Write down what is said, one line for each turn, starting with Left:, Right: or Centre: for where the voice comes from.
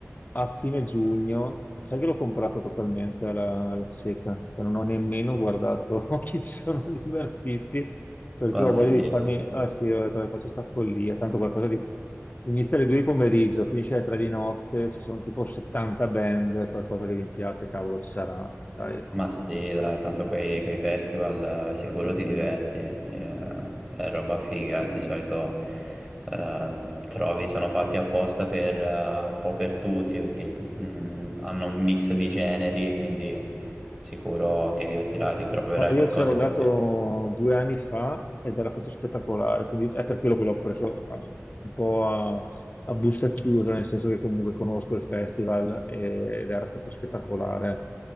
Left: a fine giugno. Sai che l'ho comprato totalmente alla, alla cieca, cioè non ho nemmeno guardato <laughs> chi ci sono gli artisti perché
Right: ma
Left: ho
Right: sì,
Left: voglia di farmi, ah sì, ho detto, faccio sta follia, tanto qualcosa di Inizia alle 2 di pomeriggio, finisce alle 3 di notte, ci sono tipo 70 band, qualcosa che vi piace, cavolo, ci sarà. Dai, no.
Right: ma sì, dai, tanto quei, quei festival eh, sicuro ti diverti, eh, cioè, è roba figa, di solito eh, trovi, sono fatti apposta per, eh, un po' per tutti, perché mh, hanno un mix di generi, quindi sicuro ti divertirai, ti troverai
Left: Ma io
Right: qualcosa
Left: c'ero
Right: e
Left: dato
Right: ti piace.
Left: due anni fa ed era stato spettacolare, quindi è per quello che l'ho preso eh, un po' a, a busca chiusa, nel senso che comunque conosco il festival e- ed era stato spettacolare.